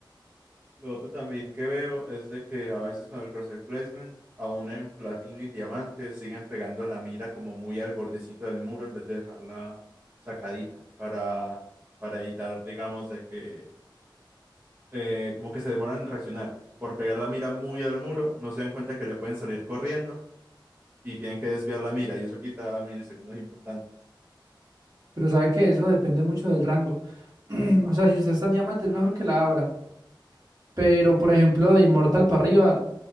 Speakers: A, on the right; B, on the right.
A: Lo otro también que veo es de que a veces con el crosshair placement, aún en platino y diamante, siguen pegando la mira como muy al bordecito del muro en vez de dejarla sacadita para, para evitar, digamos, de que eh, como que se demoran en reaccionar. Por pegar la mira muy al muro, no se dan cuenta que le pueden salir corriendo y tienen que desviar la mira y eso quita milisegundos importantes.
B: Pero sabe que eso depende mucho del rango. <clears throat> O sea, si usted está en diamante es mejor que la abra. Pero, por ejemplo, de inmortal para arriba,